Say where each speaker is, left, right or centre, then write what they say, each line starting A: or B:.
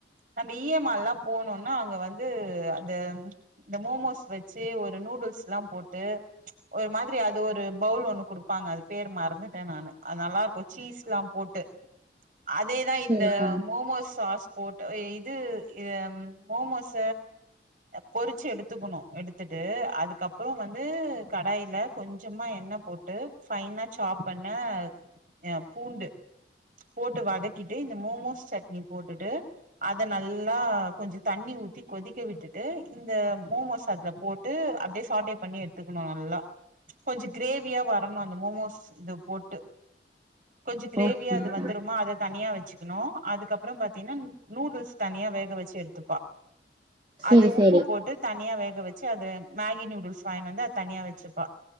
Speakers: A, on the right; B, on the right.
A: நம்ம இ எ மால்லா போனோன்னா அங்க வந்து அந்த இந்த மோமோஸ் வெச்சி ஒரு நூடுல்ஸ்ல்லாம் போட்டு ஒரு மாதிரி அது ஒரு பவுல் ஒண்ணு குடுப்பாங்க அது பேரு மறந்துட்டே நானு அது நல்லாருக்கு சீஸ்ல்லாம் போட்டு அதேதா
B: செரிக்கா
A: இந்த மோமோஸ் சாஸ் போட்டு அ இது எம் மோமோஸ பொரிச்சு எடுத்துக்குணு எடுத்துட்டு அதுக்கப்புறோ வந்து கடாயில கொஞ்சமா எண்ணெ போட்டு ஃபைனா சாப் பண்ண அ பூண்டு போட்டு வதக்கிட்டு இந்த மோமோஸ் சட்னி போட்டுட்டு அத நல்லா கொஞ்சோ தண்ணி ஊத்தி கொதிக்க விட்டுட்டு இந்த மோமோஸ் அதுல போட்டு அப்டே சாட்டே பண்ணி எட்த்துக்குணு நல்லா கொஞ்சோ கிரேவியா வரணு அந்த மோமோஸ் இது போட்டு கொஞ்ச கிரேவியா
B: ஓகேக்கா
A: அது வந்துருமா அத தனியா வெச்சுக்குணு அதுக்கப்புறம் பாத்தீனா நூடுல்ஸ் தனியா வேக வெச்சு எடுத்துப்பா
B: செரி
A: அது உப்பு
B: செரி
A: போட்டு தனியா வேக வெச்சு அத மேகி நூடுல்ஸ் வாய்னு வந்து அது தனியா வெச்சுப்பா